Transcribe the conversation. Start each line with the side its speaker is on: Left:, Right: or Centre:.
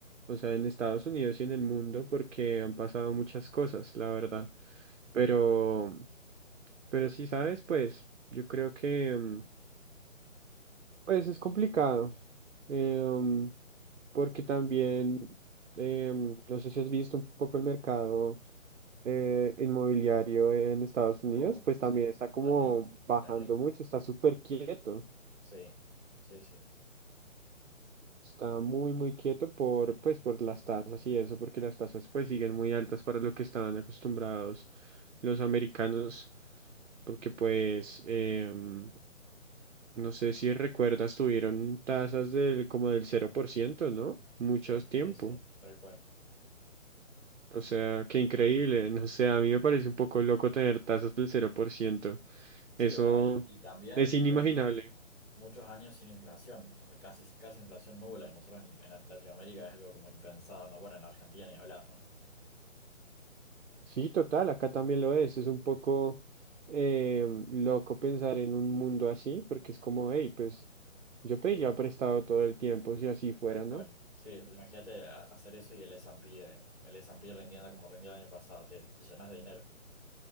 Right: o sea, en Estados Unidos y en el mundo, porque han pasado muchas cosas, la verdad. Pero. Pero sí, sabes, pues yo creo que mm, pues es complicado. eh, mm, porque también eh, mm, no sé si has visto un poco el mercado eh, inmobiliario en Estados Unidos,
Centre: Oh,
Right: pues
Centre: sí,
Right: también está como
Centre: terrible,
Right: bajando
Centre: terrible.
Right: mucho, está súper quieto.
Centre: Sí, sí, sí,
Right: Está muy, muy quieto por, pues, por las tasas y eso, porque las tasas pues siguen muy altas para lo que estaban acostumbrados los americanos, porque pues em, No sé si recuerdas, tuvieron tasas del como del cero por ciento ¿no? Mucho
Centre: sí,
Right: tiempo.
Centre: sí, sí, tal cual.
Right: O sea, qué increíble. <laughs> No sé, a mí me parece un poco loco tener tasas del cero por ciento
Centre: Sí,
Right: Eso
Centre: bueno, y, y también
Right: es inimaginable.
Centre: fueron muchos años sin inflación, o sea, casi, casi inflación nula, y nosotros en, en Latinoamérica es algo como impensado, ¿no? Bueno, en Argentina ni hablar, ¿no?
Right: Sí, total, acá también lo es. Es un poco eh, loco pensar en un mundo así, porque es como, hey, pues yo pediría prestado todo el tiempo si así fuera,
Centre: Tal cual.
Right: ¿no?
Centre: Sí, pues imagínate a- hacer eso y el S&P, eh, el S&P rindiendo como rindió el año pasado, te, te llenas de dinero.